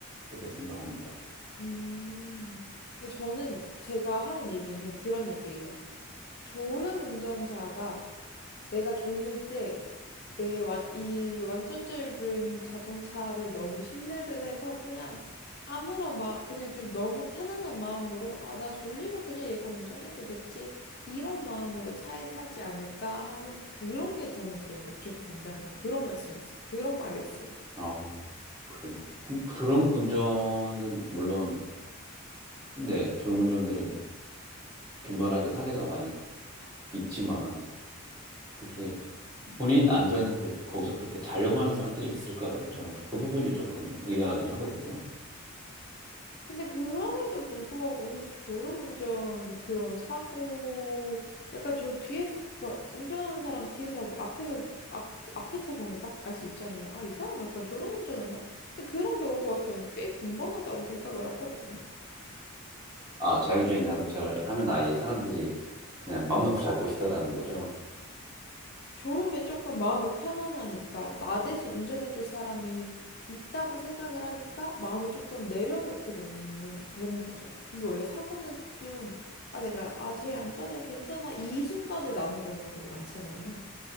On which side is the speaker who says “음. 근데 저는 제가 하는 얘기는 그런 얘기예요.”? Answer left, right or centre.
Left